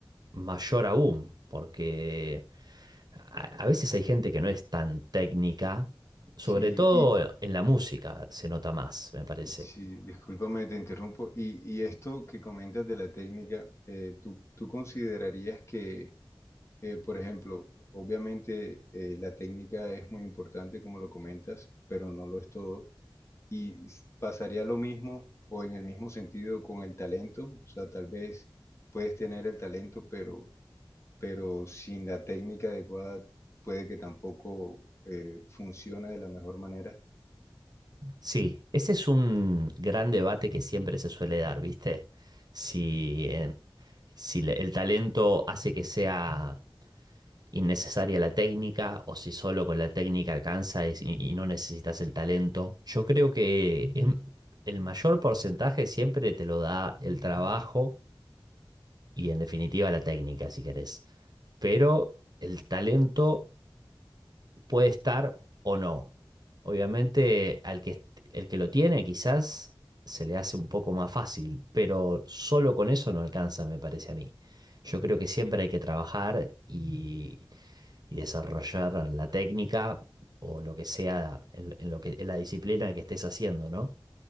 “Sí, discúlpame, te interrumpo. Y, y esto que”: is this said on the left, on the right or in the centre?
Left